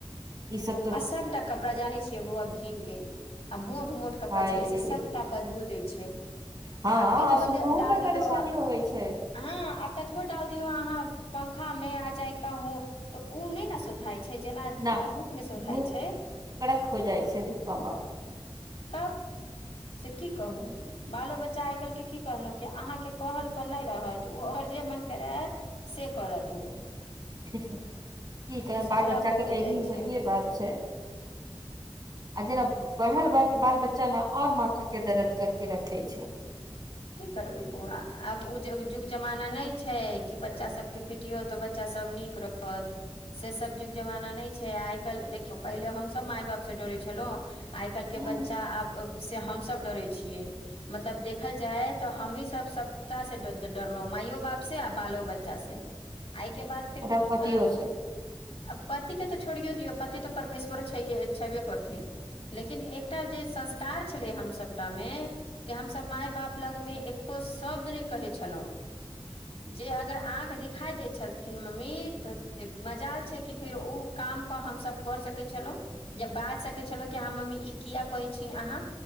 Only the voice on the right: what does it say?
ई सब तऽ
हाय
रे
हँ
सुखहु
मे
परेशानी
होवे छै
न
धूप
कड़क हो जाइ छै धूप मे
की कह
बाल बच्चा
के
तऽ
इही
हे बात छै आ जेना बढ़ल बाल बच्चा ने और माथा के दर्द कर के रख दैय छै
ह
ह पतियो
से